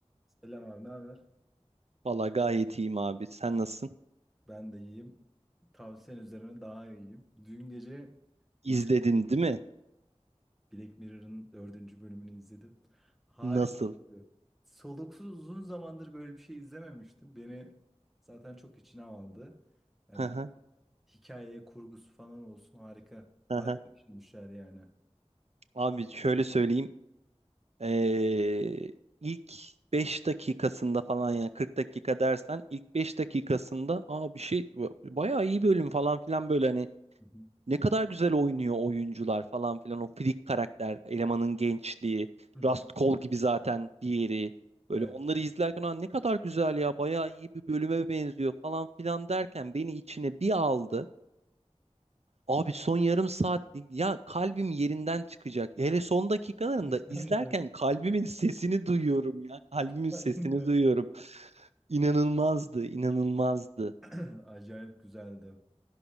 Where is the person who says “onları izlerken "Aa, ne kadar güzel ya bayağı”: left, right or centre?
Right